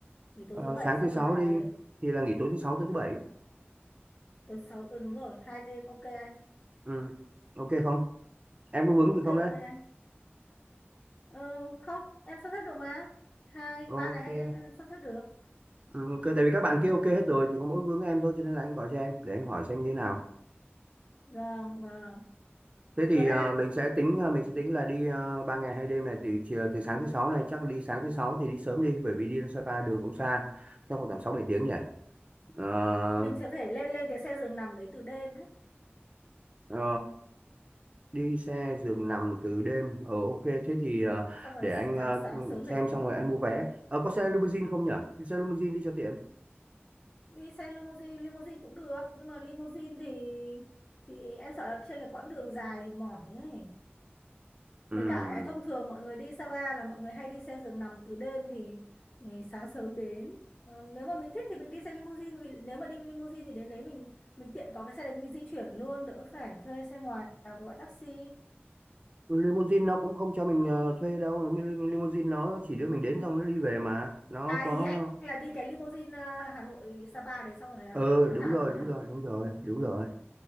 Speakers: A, on the left; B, on the right.
A: Nghỉ tối
B: Ờ,
A: thứ bảy
B: sáng
A: xong
B: thứ sáu
A: là
B: đi thì là nghỉ tối thứ sáu tới thứ bảy
A: tối thứ sáu, ừ, đúng rồi, hai đêm, ok anh.
B: ừ. ok không em có vướng
A: Ok
B: gì không đấy
A: ok anh. Ờ, không, em sắp xếp được mà. Hai,
B: ok
A: ba ngày hai đêm em sắp xếp được.
B: ừ, ok tại vì các bạn kia ok hết rồi chỉ có mỗi vướng em thôi cho nên là anh gọi cho em để anh hỏi xem như thế nào
A: Vâng, vâng.
B: thế thì
A: Được anh
B: ờ,
A: ạ.
B: mình sẽ tính ờ, mình sẽ tính là đi ờ, ba ngày hai đêm này thì chiều từ sáng thứ sáu này chắc là đi sáng thứ sáu thì đi sớm đi bởi vì đi ra Sapa đường cũng xa chắc khoảng tầm sáu bảy tiếng nhỉ Ờ,
A: Mình sẽ phải lên lên cái xe giường nằm đấy từ đêm ấy.
B: Ờ, đi xe giường nằm từ đêm ờ ok thế thì ờ,
A: Xong rồi
B: để anh
A: sáng
B: ờ,
A: sáng sớm lại
B: xem
A: đến.
B: xong rồi anh mua vé ờ, có xe limousine không nhỉ đi xe limousine đi cho tiện
A: Đi xe limousine, limousine cũng được. Nhưng mà limousine thì thì em sợ là trên cái quãng đường dài thì mỏi ấy.
B: Ừm,
A: Mới cả à, thông thường mọi người đi Sapa là mọi người hay đi xe giường nằm từ đêm thì, thì sáng sớm đến. Ờ, Nếu mà mình thích thì mình đi xe limousine vì nếu mà đi limousine thì đến đấy mình mình tiện có cái xe đấy mình di chuyển luôn đỡ phải thuê xe ngoài hoặc gọi taxi.
B: limousine nó cũng không cho mình ờ, thuê đâu Nó mới- limousine nó chỉ đưa mình đến xong nó đi về mà nó
A: À
B: có
A: ý anh là đi cái limousine ờ, Hà Nội Sapa đấy xong rồi là
B: ờ
A: nó
B: đúng
A: thả
B: rồi
A: mình
B: đúng
A: á.
B: rồi đúng rồi đúng rồi